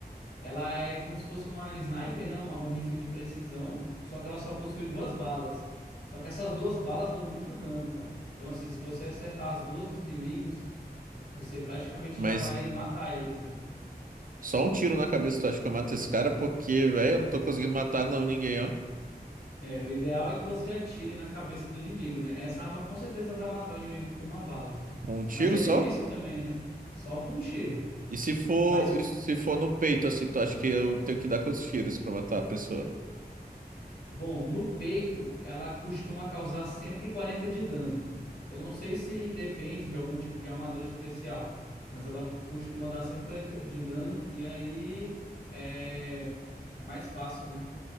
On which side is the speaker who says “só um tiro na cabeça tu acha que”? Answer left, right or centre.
Right